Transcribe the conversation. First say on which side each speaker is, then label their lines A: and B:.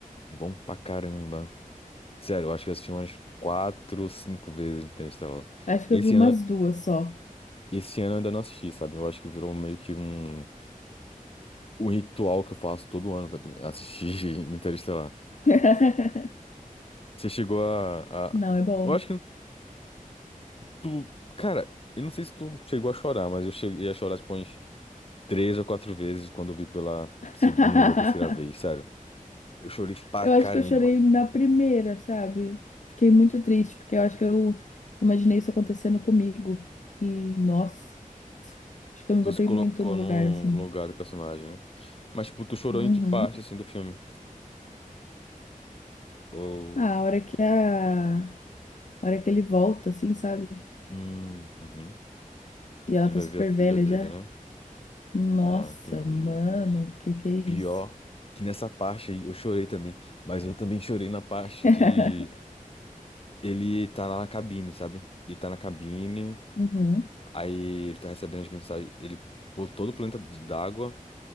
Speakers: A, on the left; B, on the left.
A: Bom pra caramba. Sério, eu acho que eu assisti umas quatro ou cinco vezes Interestelar.
B: Acho
A: Esse
B: que eu vi umas
A: ano,
B: duas só.
A: esse ano eu ainda não assisti, sabe? Eu acho que virou meio que um, um ritual que eu faço todo ano, sabe? Assistir <laughs> Interestelar.
B: <laughs>
A: Você chegou a, a-
B: Não, é bom.
A: Eu acho que tu. Cara, eu não sei se tu chegou a chorar, mas eu cheguei a chorar tipo umas três ou quatro vezes quando eu vi pela
B: <laughs>
A: segunda ou terceira vez, sério. Eu chorei pra
B: Eu
A: caramba.
B: acho que eu chorei na primeira, sabe? Fiquei muito triste, porque eu acho que eu imaginei isso acontecendo comigo. E, nossa, acho que eu me
A: Tu
B: botei
A: se colocou
B: muito no
A: no
B: lugar, assim.
A: lugar do personagem, né? Mas, tipo, tu chorou
B: Uhum.
A: em que parte, assim, do filme? Ou.
B: Ah, a hora que a... a hora que ele volta, assim, sabe?
A: Hum, uhum.
B: E ela
A: E
B: tá
A: vai
B: super
A: ver a filha
B: velha
A: dele,
B: já.
A: né?
B: Nossa,
A: Ah, entendi.
B: mano, que que é isso?
A: Pior que nessa parte aí eu chorei também. Mas eu também chorei na parte
B: <laughs>
A: que ele tá lá na cabine, sabe? Ele tá na cabine,
B: Uhum.
A: aí ele tá recebendo as mensagens. Ele pô todo o planeta d- d'água,